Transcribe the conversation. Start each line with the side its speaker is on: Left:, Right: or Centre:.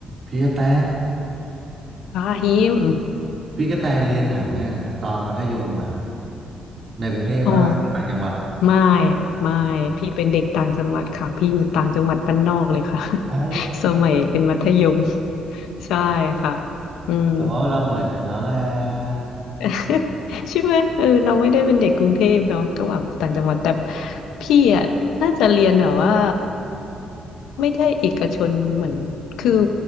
Right: พี่กระแต
Left: พาฮิม
Right: พี่กระแตเรียนไหนเนี่ยตอนมัธยมอ่ะในกรุงเทพป่ะหรือต่างจังหวัด
Left: อ๋อไม่ไม่พี่เป็นเด็กต่างจังหวัดค่ะพี่อยู่ต่างจังหวัดบ้านนอกเลยค่ะ
Right: เอ้า
Left: <laughs> สมัยเป็นมัธยมใช่ค่ะอืม
Right: แต่ว่าเราเหมือนกันแล้วแหละ
Left: <laughs> ใช่ไหมเออเราไม่ได้เป็นเด็กกรุงเทพเนาะก็แบบต่างจังหวัดแต่พี่อ่ะน่าจะเรียนแบบว่าไม่ได้เอกชนเหมือนคือ